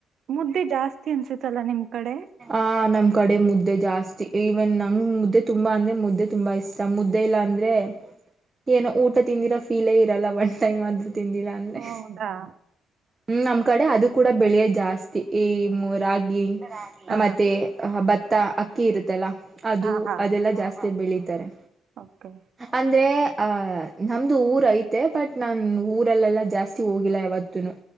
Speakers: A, on the right (about 65°); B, on the right (about 25°).
A: ಮುದ್ದೆ ಜಾಸ್ತಿ ಅನ್ಸುತ್ತಲ್ಲಾ ನಿಮ್ ಕಡೆ
B: ಆ ನಮ್ ಕಡೆ ಮುದ್ದೆ ಜಾಸ್ತಿ ಇವೆನ್ ನಂಗ್ ಮುದ್ದೆ ತುಂಬಾ ಅಂದ್ರೆ ಮುದ್ದೆ ತುಂಬಾ ಇಷ್ಟ ಸಮ ಮುುದ್ದ ಇಲ್ಲ ಅಂದ್ರೆ ಏನೋ ಊಟ ತಿಂದಿರೋ ಫೀಲೇ ಇರಲ್ಲ ಒಂದ್ ಟೈಮ್ ಆದ್ರೂ ತಿಂದಿಲ್ಲ ಅಂದ್ರೆ
A: ಹೌದಾ
B: ಹ್ಮ್ ನಮ್ ಕಡೆ ಅದು ಕೂಡ ಬೆಳೆಯ ಜಾಸ್ತಿ ಈ ರಾಗಿ
A: ಹಾ
B: ಮತ್ತೆ ಅಹ ಭತ್ತ ಅಕ್ಕಿ ಇರುತ್ತಲ್ಲ ಅದು
A: ಹಾ ಹಾ
B: ಅದೆಲ್ಲಾ ಜಾಸ್ತಿ ಬೆಳಿತಾರೆ
A: ಓಕೆ
B: ಅಂದ್ರೆ ಆಹ ನಮ್ದು ಊರ ಐತೆ ಬಟ್ ನಾನು ಊರಲ್ಲೆಲ್ಲಾ ಜಾಸ್ತಿ ಹೋಗಿಲ್ಲ ಯಾವತ್ತನು